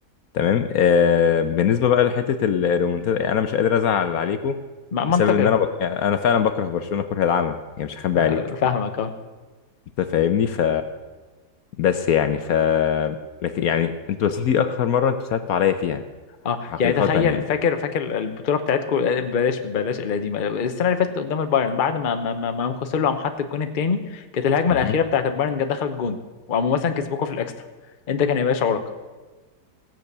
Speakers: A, on the left (about 65°); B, on the left (about 40°).
A: تمام آه بالنسبه بقى لحته الريمونتادا انا مش قادر ازعل عليكم
B: ما- منطقي
A: بسبب ان انا بك... يعني انا فعلا بكره برشلونه كره العمى يعني مش هخبي
B: آه،
A: عليك
B: فاهمك آه.
A: انت فاهمني ف بس يعني ف لكن يعني انتوا بس دي اكثر مره انتوا صعبتوا عليا فيها
B: اه
A: حقيقه
B: يعني تخيل
A: يعني
B: فاكر فاكر البطوله بتاعتكم بلاش بلاش القديمه السنه اللي فاتت قدام البايرن بعد ما ما ما ما قام خسر له قام حط الجون التاني كانت الهجمه
A: مهم.
B: الاخيره بتاعت البايرن جت دخلت جون وقاموا مثلا كسبوكوا في الاكسترا انت كان هيبقى شعورك